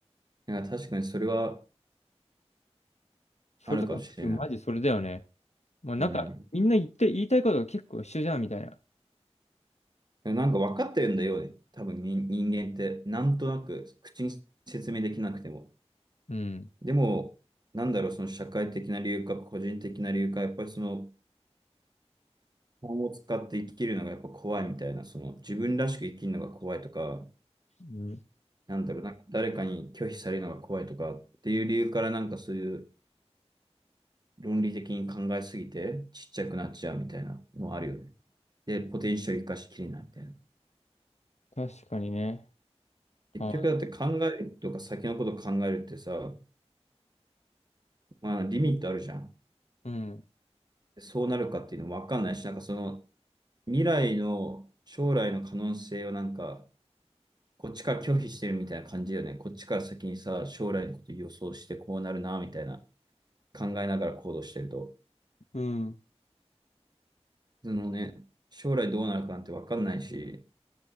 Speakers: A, on the right; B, on the left.
A: なんか確かにそれは
B: それとか、
A: あるかもしれない。
B: マジそれだよね。まあなんか、
A: うん。
B: みんな言って、言いたいことが結構一緒じゃん、みたいな。
A: でもなんか分かってるんだよね。多分人人間って、なんとなく口に説明できなくても。
B: うん。
A: でも、なんだろう、その社会的な理由か、個人的な理由か、やっぱりその、本を使って生きるのがやっぱ怖いみたいな、その、自分らしく生きるのが怖いとか、
B: うん。
A: なんだろう、なんか誰かに拒否されるのが怖いとかっていう理由からなんかそういう論理的に考えすぎてちっちゃくなっちゃうみたいなのあるよね。で、ポテンシャル生かしきれないみたいな。
B: 確かにね。
A: 結局だって考えるとか先のこと考えるってさ、
B: あ、
A: まあリミットあるじゃん。
B: うん。
A: そうなるかっていうのもわかんないし、なんかその未来の将来の可能性をなんか、こっちから拒否してるみたいな感じだよね。こっちから先にさ、将来のこと予想してこうなるな、みたいな考えながら行動してると。
B: うん。
A: そのね、将来どうなるかなんてわかんないし、